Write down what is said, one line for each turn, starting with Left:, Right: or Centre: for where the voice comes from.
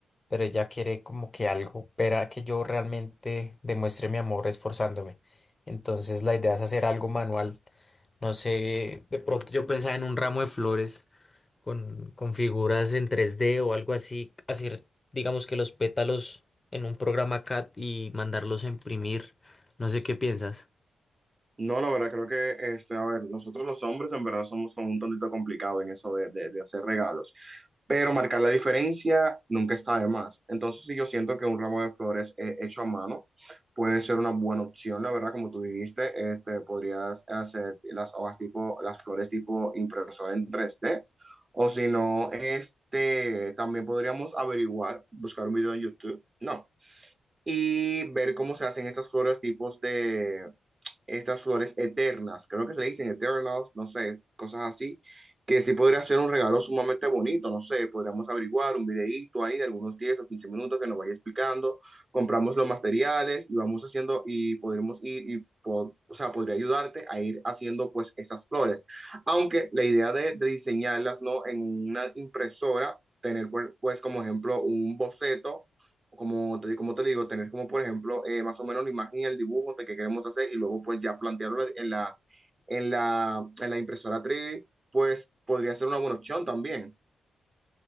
Left: pero ella quiere como que algo, para que yo realmente demuestre mi amor esforzándome. Entonces la idea es hacer algo manual no sé, de pronto yo pensaba en un ramo de flores con, con figuras en 3D o algo así, hacer, digamos que los pétalos en un programa CAD y mandarlos a imprimir. No sé qué piensas.
Right: No, la verdad, creo que, este, a ver, nosotros los hombres en verdad somos como un tontito complicado en eso de, de- de hacer regalos, pero marcar la diferencia nunca está de más. Entonces, sí, yo siento que un ramo de flores eh, hecho a mano puede ser una buena opción, la verdad, como tú dijiste, este, podrías hacer las hojas tipo, las flores tipo impresora en tres d o si no, este, también podríamos averiguar, buscar un video en YouTube, no, y ver cómo se hacen estas flores tipos de estas flores eternas, creo que se le dicen eternals, no sé, cosas así, que sí podría ser un regalo sumamente bonito, no sé, podríamos averiguar un videíto ahí de algunos 10 o 15 minutos que nos vaya explicando, compramos los materiales y vamos haciendo y podremos ir y po- o sea, podría ayudarte a ir haciendo pues esas flores. Aunque la idea de, de diseñarlas no en una impresora, tener pues como ejemplo un boceto como te, como te digo, tener como, por ejemplo, eh, más o menos la imagen y el dibujo de que queremos hacer y luego pues ya plantearlo en la, en la, en la impresora 3D, pues podría ser una buena opción también.